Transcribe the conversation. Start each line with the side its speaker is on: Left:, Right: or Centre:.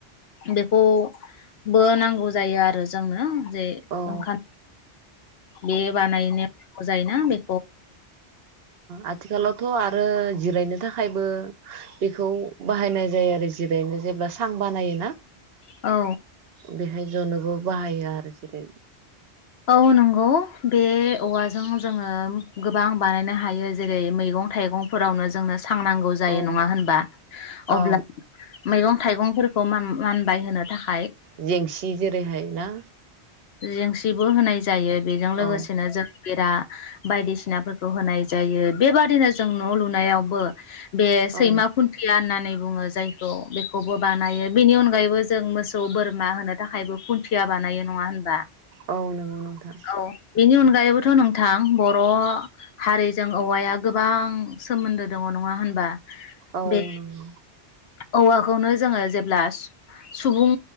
Left: बेखौबो नांगौ जायो आरो जोंनो जे
Right: औ
Left: ओंखाम बे बानायनांगौ जायोना बे
Right: आथिखाल थ' आरो जिरायनो थाखायबो बेखौ बाहायनाय जायो आरो जिरायनो जेब्ला सां बानायोना
Left: औ
Right: बेहाय जनोबो बाहायो आरो जेरै
Left: औ नंगौ बे औवाजों जोङो गोबां बानायनो हायो जेरै मैगं थाइगंफोरावनो जोंनो। सांनांगौ जायो
Right: औ
Left: नङा होनबा अब्ला
Right: औ
Left: मैगं थाइगंफोरखौ मान मानबाय होनो थाखाय
Right: जेंसि जेरैहाय ना
Left: जेंसिबो होनाय जायो बेजों लोगोसेनो
Right: औ
Left: जों बेरा बायदिसिनाफोरखौ होनाय जायो बेबादिनो जों न' लुनायावबो बे सैमा
Right: औ
Left: खुन्थिया होननानै बुङो जायखौ बेखौबो बानायो बेनि अनगायैबो जों मोसौ बोरमा होनो थाखायबो खुन्थिया बानायो। नङा होन बा
Right: औ नंगौ नोंथां
Left: औ बिनि अनगायैबो थ नोंथां बर' हारिजों औवाया गोबां सोमोन्दो दङ न नङा होनबा
Right: औ
Left: बे
Right: नंगौ
Left: औवाखौनो जोङो जेब्ला सुबुं